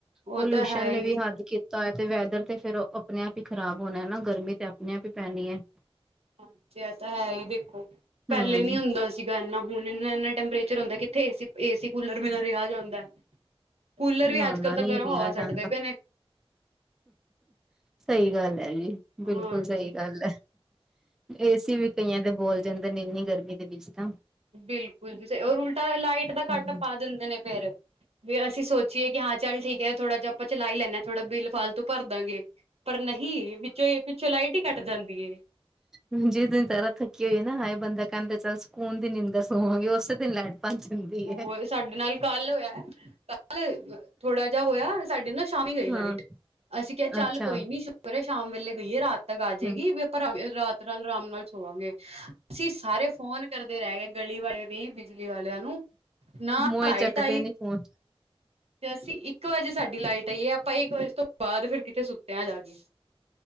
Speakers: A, on the right; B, in the centre.
A: ਉਹ
B: ਪੋਲਿਊਸ਼ਨ
A: ਤਾਂ ਹੈ
B: ਨੇ
A: ਹੀ
B: ਵੀ ਹੱਦ ਕੀਤਾ। ਤਾਂ ਤੇ ਵੈਦਰ ਤੇ ਫੇਿਰ ਆਪਣੇ ਆਪ ਹੀ ਖ਼ਰਾਬ ਹੋਣਾ ਹਨਾ। ਗਰਮੀ ਤੇ ਆਪਣੇ ਆਪ ਹੀ ਪੈਣੀ ਹੈ।
A: ਹਾਂ ਜ ਤਾਂ ਹੈ ਹੀ ਦੇਖੋ' ਪਹਿਲੇ
B: ਹੂੰ।
A: ਨੀ ਹੁੰਦਾ। ਸੀਗਾਨਾ ਹੁਣ ਇੰਨਾ ਇਨਾ ਟੈਂਪਰੇਚਰ ਹੁੰਦਾ ਕਿੱਥੇ ਏਸੀ ਏਸੀ ਕੂਲਰ ਬਿਨਾ ਰਿਹਾ ਜਾਂਦਾ ਹੈ। ਕੂਲਰ
B: ਨਾ-ਨਾ
A: ਵੀ ਅੱਜ ਕਲ੍ਹ ਤਾਂ
B: ਨਹੀਂ
A: ਗਰਮ
B: ਰਿਹਾ
A: ਹਵਾ ਛਟਦੇ
B: ਜਾਂਦਾ।
A: ਪਏ ਨੇ।
B: ਸਹੀ ਗੱਲ ਹੈ' ਜੀ ਬਿਲਕੁਲ
A: ਹਾਂਜੀ
B: ਸਹੀ ਗੱਲ ਹੈ। ਏਸੀ ਵੀ ਕਈਆਂ ਦੇ ਬੋਲ ਜਾਂਦੇ ਨੇ ਇੰਨੀ ਗਰਮੀ ਦੇ ਵਿੱਚ। ਤਾਂ
A: ਬਿਲਕੁਲ ਜੀ 'ਰ ਉਲਟਾ ਲਾਈਟ ਦਾ ਕੱਟ
B: ਹੂੰ
A: ਪਾ ਦਿੰਦੇ ਨੇ ਫੇਿਰ। ਵੀ ਅਸੀਂ ਸੋਚੀਏ ਕਿ ਹਾਂ ਚੱਲ ਠੀਕ ਹੈ ਥੋੜਾ ਜਿਹਾ ਆਪਾਂ ਚਲਾਈ ਲੈਂਦੇ ਹਾਂ ਥੋੜਾ ਬਿਲ ਫਾਲਤੂ ਭਰਦਾਂਗੇ। ਪਰ ਨਹੀਂ' ਵਿੱਚੋਂ ਇਹ ਪਿੱਛੋਂ ਲਾਈਟ ਹੀ ਕੱਟ ਜਾਂਦੀ ਏ।
B: ਹ ਜਿਸ ਦਿਨ ਸਾਰਾ ਥੱਕੀ ਹੋਈਏ ਨਾ ਹਏ ਬੰਦਾ ਕਹਿੰਦਾ ਹ ਚੱਲ ਸਕੂਨ ਦੀ ਨਿੰਂਦਰ ਸੋਵਾਂਗੇ ਉਸੇ ਦਿਨ ਲੈਣ। ਪੰਜ ਹੁੰਦੀ
A: ਉਹ
B: ਹੈ।
A: ਸਾਡੇ ਨਾਲ ਕੱਲ ਹੋਇਆ ਕੱਲ ਥੋੜਾ ਜਿਹਾ ਹੋਇਆ ਸਾਡੇ ਨਾਲ ਸ਼ਾਮੀ ਗਈ
B: ਹਾਂ
A: ਲਾਈਟ। ਅਸੀਂ ਕਿਹਾ ਚੱਲ
B: ਅੱਛਾ
A: ਕੋਈ ਨੀ ਸ਼ੁਕਰਏ ਸ਼ਾਮ ਵੇਲੇ ਗਈਏ ਰਾਤ ਤੱਕ ਆ
B: ਹੂੰ-ਹੂੰ-ਹੂੰ-ਹੂੰ
A: ਜਾਏਗੀ ਵੀ ਆਪਾਂ ਰਾਤ ਨਾਲ ਆਰਾਮ ਨਾਲ ਹੋਵਾਂਗੇ ਅਸੀਂ ਸਾਰੇ ਫੋਨ ਕਰਦੇ ਰਹਿ ਗਏ ਗਲੀ ਵਾਲੇ ਵੀ ਬਿਜਲੀ ਵਾਲਿਆਂ ਨੂੰ ਨਾ
B: ਮੋਏ
A: ਲਾਈਟ
B: ਚੱਕਦੇ
A: ਆਈ
B: ਨੀ ਫੋਨ
A: ਤੇ ਅਸੀਂ ਇੱਕ ਵਜੇ ਸਾਡੀ ਲਾਈਟ ਆਈਏ ਆਪਾਂ ਇੱਕ ਵਜੇ ਤੋਂ ਬਾਅਦ ਫਿਰ ਕਿਥੇ ਸੁੱਤਿਆ ਜਾ ਗਏ।